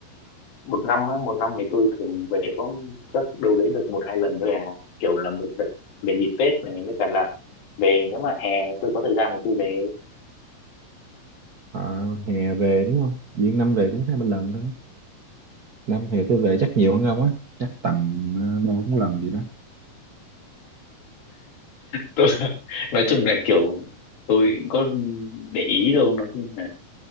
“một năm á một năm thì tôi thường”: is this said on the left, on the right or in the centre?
Left